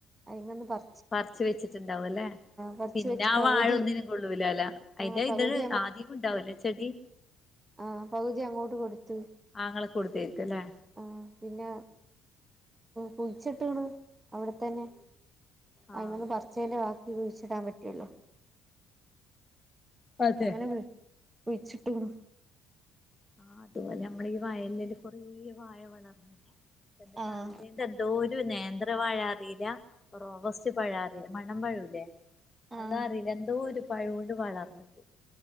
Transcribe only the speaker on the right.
അയിമന്ന് പറ
പറിച്ച്
വെച്ച്
പകുതി
ആഹ് പകുതി
ആഹ പകുതി അങ്ങോട്ട് കൊടുത്ത്
ആഹ് പിന്നെ കുഴിച്ചിട്ടാ. ണ് അവിടെത്തന്നെ അയിമേന്ന്
പറിച്ചേന്റെ ബാക്കി കഴിച്ചിടാൻ പറ്റുവേ ഉളളു
അങ്ങനെ കുഴിച്ചിട്ട്കുണു
ആഹ്
ആഹ്